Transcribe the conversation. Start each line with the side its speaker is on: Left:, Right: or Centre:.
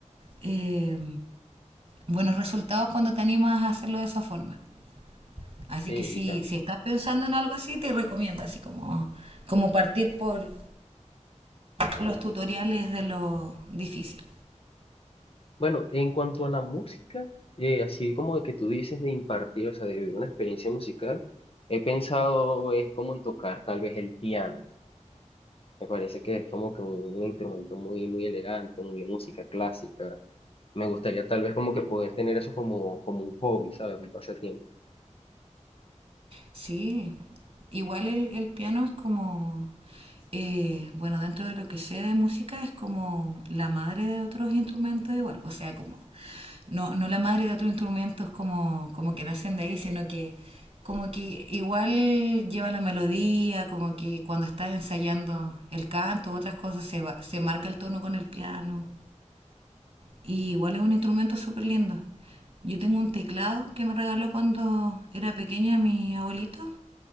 Right: eh, buenos resultados cuando te animas a hacerlo de esa forma. Así
Left: Sí,
Right: que si,
Left: y tal.
Right: si estás pensando en algo así, te recomiendo así como, como partir por, los tutoriales de lo difícil.
Left: Bueno, en cuanto a la música, eh, así como de que tú dices de impartir, o sea, de vivir una experiencia musical, he pensado es como en tocar tal vez el piano. Me parece que es como que un instrumento muy, muy elegante, muy de música clásica. Me gustaría tal vez como que poder tener eso como, como un hobby, ¿sabes? Un pasatiempo.
Right: Sí, igual el, el piano es como, eh, bueno, dentro de lo que sé de música es como la madre de otros instrumentos igual, o sea, como, no, no la madre de otros instrumentos como, como que nacen de ahí, sino que como que igual lleva la melodía, como que cuando estás ensayando el canto, otras cosas, se, va, se marca el tono con el piano. Y igual es un instrumento súper lindo. Yo tengo un teclado que me regaló cuando era pequeña mi abuelito